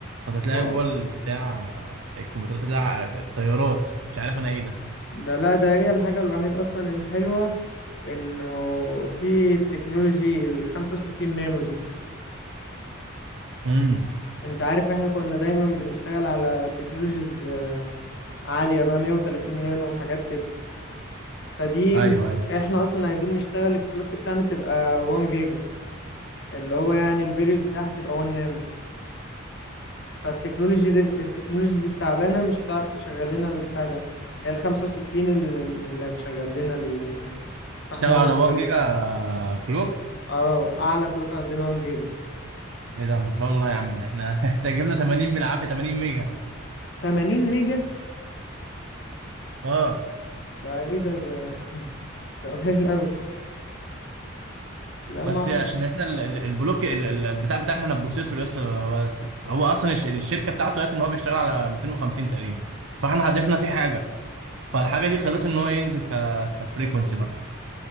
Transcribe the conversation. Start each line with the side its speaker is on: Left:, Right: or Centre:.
Right: فهتلاقي
Left: ما
Right: جوه البتاع الكمبيوترات هتلاقي الطيارات مش عارف انا ايه ده
Left: ده لا ده هي الحاجة الوحيدة أصلا الحلوة انه في التكنولوجي ال 65 نانو دي
Right: امم
Left: انت عارف احنا كنا دايما بنشتغل على تكنولوجيز عالية بقى 130 نانو وحاجات كده فدي
Right: ايوه
Left: م-
Right: ايوه
Left: احنا اصلا عايزين نشتغل الكلوك بتاعنا تبقى 1 جيجا اللي هو يعني البيريود بتاعها تبقى 1 نانو فالتكنولوجي دي التكنولوجيز التعبانة مش هتعرف تشغل لنا البتاع ده هي ال 65 اللي اللي هتشغل لنا ال... فاحنا
Right: اشتغل
Left: مجبرين
Right: على 1 جيجا كلوك
Left: اه اعلى كلوك عندنا 1 جيجا
Right: ايه ده ما شاء الله يا عم احنا <laughs> احتاج لنا 80 بالعافيه 80 ميجا
Left: 80 ميجا
Right: اه
Left: ده ايه ده ده <laughs> ده قليل قوي لا
Right: بس
Left: ما احنا
Right: عشان احنا ال- ال- البلوك ال- ال- البتاع بتاعنا احنا بروسيسور يس هو هو اصلا الش- الشركه بتاعته قالت ان هو بيشتغل على 250 تقريبا فاحنا هدفنا فيه حاجه فالحاجه دي خلته ان هو ينزل ك كفريكونسي بقى